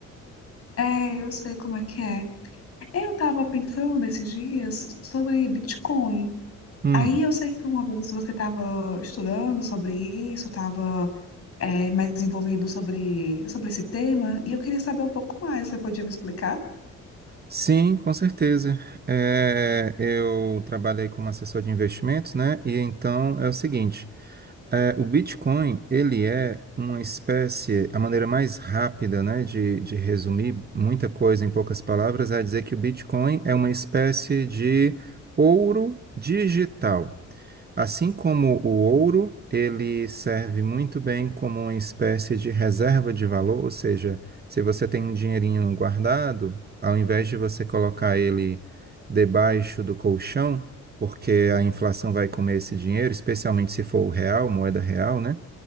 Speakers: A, on the left; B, on the right.
A: É, eu sei como é que é. Eu tava pensando esses dias sobre Bitcoin.
B: Hum.
A: Aí eu sei que uma vez você estava estudando sobre isso, estava mais envolvido sobre, sobre esse tema, e eu queria saber um pouco mais. Você podia me explicar?
B: Sim, com certeza. É, eu trabalhei como assessor de investimentos, né? E então é o seguinte. É, o Bitcoin, ele é uma espécie, a maneira mais rápida, né, de, de resumir muita coisa em poucas palavras é dizer que o Bitcoin é uma espécie de ouro digital. Assim como o ouro, ele serve muito bem como uma espécie de reserva de valor, ou seja, se você tem um dinheirinho guardado, ao invés de você colocar ele debaixo do colchão, porque a inflação vai comer esse dinheiro, especialmente se for o real, moeda real, né?